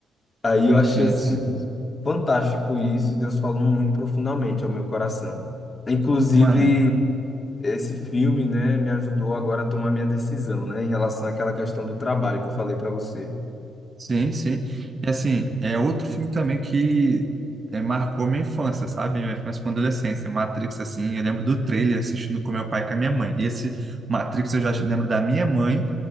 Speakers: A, on the left (about 30°); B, on the right (about 35°).
A: Aí eu achei
B: Sim,
A: assim
B: sim, sim.
A: fantástico isso, e Deus falou muito profundamente ao meu coração. Inclusive,
B: Mano,
A: esse filme, né, me ajudou agora a tomar minha decisão, né, em relação àquela questão do trabalho que eu falei para você.
B: Sim, sim. E assim, é outro filme também que é, marcou minha infância, sabe? Minha infância com adolescência. Matrix, assim, eu lembro do trailer assistindo com meu pai e com a minha mãe. E esse Matrix eu já lembro da minha mãe,